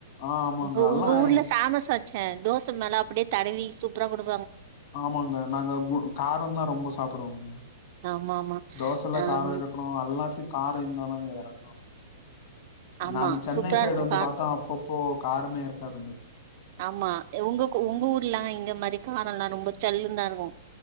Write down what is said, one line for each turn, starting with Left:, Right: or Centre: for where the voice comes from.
Left: ஆ ஆமாங்க.
Right: உங்க
Left: அல்லா
Right: உங்க ஊர்ல
Left: எங்
Right: ஃபேமஸ் ச்சே தோச மேல அப்டியே தடவி சூப்பரா கொடு
Left: ஆமாங்க நாங்க கு காரம் தான் ரொம்ப சாப்புடுவோ
Right: ஆமா ஆமா
Left: தோசைல்லா
Right: ஆம்
Left: காரம் இருக்கணு ல்லாத்தி பே இந்த இறங்கு
Right: ஆமா
Left: நான சென்னை
Right: சூப்பரா
Left: சைடு
Right: இருக்கு
Left: வந்து பார்த்தோ அப்பப்போ காரமே இருக்காது
Right: ஆம்மா உங்கு உங்க உங்க ஊர்லாம் இங்க மாரி காரல்லா ரொம்ப சல்லு தான் இருக்கு